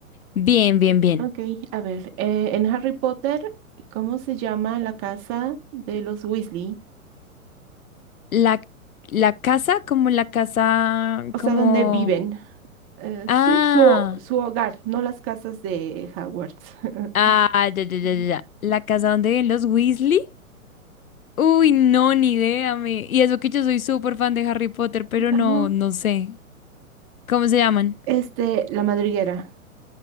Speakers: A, on the left (about 75°); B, on the right (about 30°).
A: bien, bien, bien.
B: Ok, a ver. eh, en Harry Potter, ¿cómo se llama la casa de los Weasley?
A: La, la casa, como la casa,
B: O sea,
A: como...
B: ¿dónde viven? Eh,
A: Ah,
B: sí, su, su hogar, no las casas de Hogwarts. <laughs>
A: ah, ya, ya, ya,
B: Ujú.
A: ya. ya. La casa donde viven los Weasley. Uy, no, ni idea, me. Y eso que yo soy súper fan de Harry Potter, pero
B: Ajá.
A: no, no sé. ¿Cómo se llaman?
B: Este, la madriguera.